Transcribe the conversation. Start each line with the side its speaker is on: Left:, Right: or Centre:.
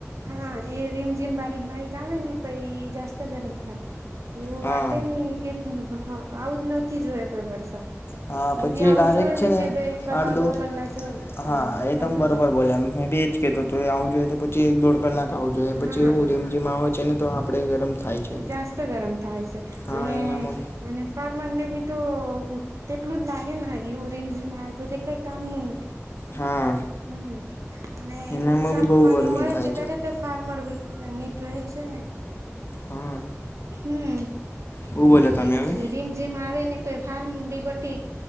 Right: હા. એ રીમઝીમ બારીક બારીક લાવેને પછી એ જાસ્ત ગરમ થાય એવું.
Left: હા
Right: વાટેને કે હા, આવું જ નથી જોઇએ આપણે વરસાદ
Left: હા પછી
Right: એવી
Left: એ
Right: આવું
Left: ડાયરેક્ટ
Right: જોઈ
Left: છે
Right: ને કે બે એક કલાક
Left: અડધો
Right: કલાક
Left: હા, એ
Right: ચાલુ
Left: તમે બરોબર
Right: જ જોય
Left: બોલયા મે એજ કેતો આવું જોઈ તો પછી એક દોડ કલાક આવું જોઈએ. પછી
Right: હા
Left: એવું રીમઝીમ આવે છે ને તો આપણે ગરમ થાય છે
Right: જાસ્ત ગરમ થાય છે
Left: હા
Right: અને
Left: એનામાં
Right: અને ફાર્મર ને બી તો તેટલું જ લાગે ને એવું રીમઝમ આવે તો તે કંઈ કામનું નથી.
Left: હા
Right: હમ. અને
Left: એનામાં
Right: ઉંચાનું
Left: બી બહુ
Right: પાણી
Left: ગરમી
Right: મળે
Left: થાય
Right: છે ત્યારે તે ફાર્મર નીટ રહેે છે ને?
Left: હા
Right: હમ,
Left: બહુ બોલ્યા
Right: એવું
Left: તમે હવે
Right: રીમઝીમ આવે ને પછી ફાર્મ બીબટીક